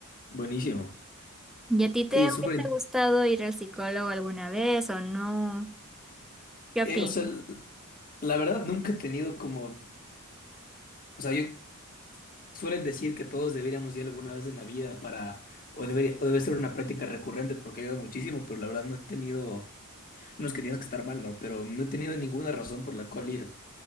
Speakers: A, on the left; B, in the centre.
A: Buenísimo.
B: ¿Y a ti te
A: Oye,
B: hubiese
A: súper. in-
B: gustado ir al psicólogo alguna vez o no? ¿Qué opinas?
A: eh, o sea, l- la verdad nunca he tenido como. O sea, yo suelen decir que todos deberíamos ir alguna vez en la vida para. O debería, o debe ser una práctica recurrente porque ayuda muchísimo, pero la verdad no he tenido. No es que tienes que estar mal, ¿no? Pero no he tenido ninguna razón por la cual ir.